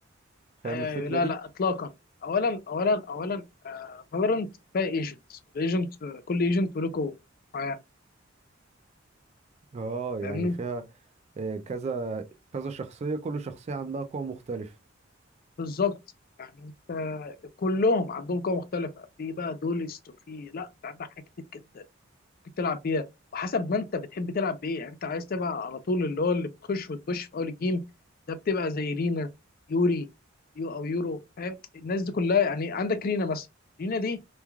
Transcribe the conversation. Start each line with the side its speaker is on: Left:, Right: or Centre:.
Right: فاهم
Left: ايوه
Right: الفكره
Left: ايوه لا
Right: دي
Left: لا اطلاقا اولا اولا اولا آه، فالورنت فيها ايجنتس الايجنت كل ايجنت وله قوه معينه
Right: اه يعني
Left: فاهمني
Right: فيها آه، كذا كذا شخصيه كل شخصيه عندها قوه مختلفه
Left: بالظبط يعني انت كلهم عندهم قوه مختلفه في بقى دولست وفي لا انت عندك حاجات كتير جدا ممكن تلعب بيها وحسب ما انت بتحب تلعب بايه يعني انت عايز تبقى على طول اللي هو اللي بتخش وتبش في اول الجيم ده بتبقى زي رينا يوري يو او يورو فاهم الناس دي كلها يعني عندك رينا مثلا رينا دي